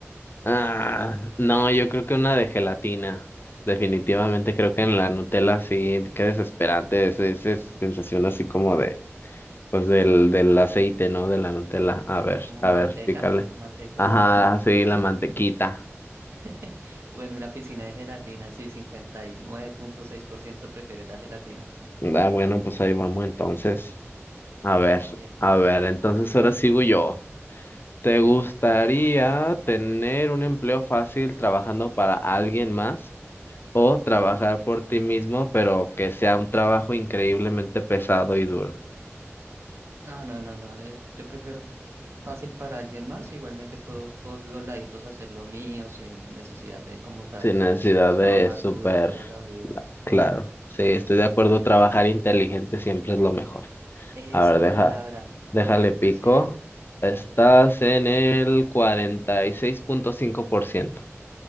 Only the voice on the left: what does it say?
Ah, no, yo creo que una de gelatina. Definitivamente creo que en la Nutella sí, qué desesperante esa esa sensación así como de, pues del, del aceite, ¿no? De la Nutella. A ver,
a ver, pícale.
Ajá, sí, la mantequita.
Ah, bueno, pues ahí vamos entonces. A ver,
a ver,
entonces ahora sigo yo. ¿Te gustaría
tener un empleo fácil trabajando para alguien más o trabajar por ti mismo, pero que sea un trabajo increíblemente pesado y duro,
sin necesidad
de súper
claro? Sí, estoy de acuerdo, trabajar inteligente siempre es lo mejor.
A ver,
deja,
déjale
pico.
Estás
en el cuarenta y seis punto cinco por ciento.